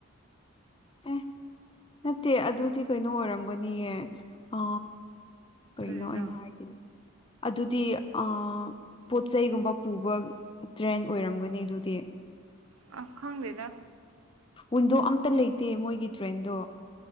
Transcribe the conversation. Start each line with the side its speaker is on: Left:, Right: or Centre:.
Left: ꯑꯦ ꯅꯠꯇꯦ ꯑꯗꯨꯗꯤ ꯀꯩꯅꯣ ꯑꯣꯏꯔꯝꯒꯅꯤꯌꯦ ꯑ ꯀꯩꯅꯣ
Right: ꯀꯔꯤꯅꯣ
Left: ꯑꯩꯅ ꯍꯥꯏꯈꯤꯗꯣ ꯑꯗꯨꯗꯤ ꯑ ꯄꯣꯠ ꯆꯩꯩꯒꯨꯝꯕ ꯄꯨꯕ ꯇ꯭ꯔꯦꯟ ꯑꯣꯏꯔꯝꯒꯅꯤ ꯑꯗꯨꯗꯤ
Right: ꯑ ꯈꯪꯗꯦꯗ
Left: ꯋꯤꯟꯗꯣ ꯑꯝꯇ ꯂꯩꯇꯦ ꯃꯣꯏꯒꯤ ꯇ꯭ꯔꯦꯟꯗꯣ